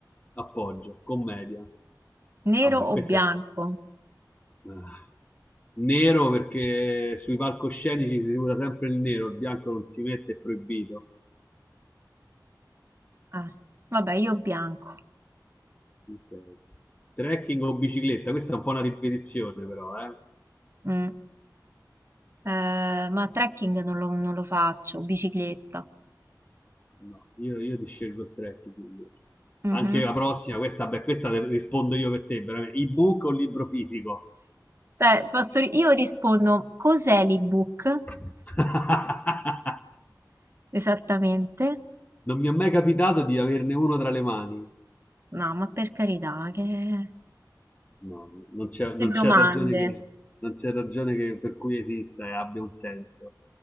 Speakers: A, on the left; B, on the right.
A: appoggio, commedia.
B: Nero
A: Vabbè, questo
B: o bianco?
A: è... ah. Nero perché sui palcoscenici si usa sempre il nero, il bianco non si mette, è proibito.
B: Ah, vabbè, io bianco.
A: Ok. Trekking o bicicletta? Questa è un po' una ripetizione però, eh.
B: Mm. Eh, ma trekking non lo, non lo faccio, bicicletta.
A: No, io, io ti scelgo il trekking invece.
B: Mhm.
A: Anche la prossima, questa, beh, questa te- rispondo io per te, veramente. ebook o libro fisico?
B: Cioè, posso- io rispondo, cos'è l'ebook?
A: <laughs>
B: Esattamente.
A: Non mi è mai capitato di averne uno tra le mani.
B: No, ma per carità, che,
A: No, non c'è
B: che
A: non
B: domande.
A: c'è ragione che non c'è ragione che per cui esista e abbia un senso.